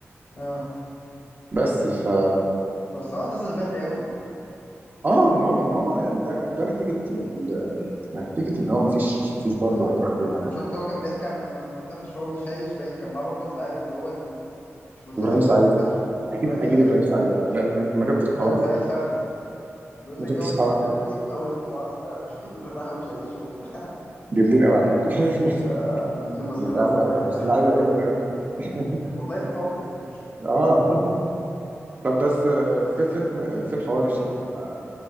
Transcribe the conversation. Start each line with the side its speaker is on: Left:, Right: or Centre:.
Left: اه
Right: بس ف
Left: بس هو اعتزل بدري قوي
Right: اه ما هو ما هو يعني ده ده نتيجه ال... نتيجه اللي هو ما فيش ما فيش برضه
Left: ما...
Right: احتراف يعني
Left: شفت هو كان بيحكي عن لما اتقفش وهو بيشيش باين كان معاه برضه اللاعب اللي هو ال- مش ملتزم
Right: ابراهيم سعيد
Left: خالص ده
Right: اكيد
Left: ابراهيم
Right: اكيد
Left: سعيد
Right: ابراهيم سعيد
Left: اه
Right: لا ما شفتش
Left: ابراهيم
Right: الحوار
Left: سعيد
Right: ده
Left: فعلا بيقول
Right: ما
Left: لك
Right: شفتش
Left: اول
Right: الحوار
Left: يوم تدريب اول يوم معسكر <laughs> راحوا يشيشوا وبتاع
Right: جامدين قوي على فكره <laughs>
Left: آه، الاتنين مسخره
Right: لا لا
Left: بقى بيضحكوني
Right: لعيبه جامده
Left: قوي بجد
Right: قوي <laughs>
Left: والله ينفعهم بس ليه؟
Right: اه <laughs> طب بس آه، في- فين فين حوار الشيشه ده ما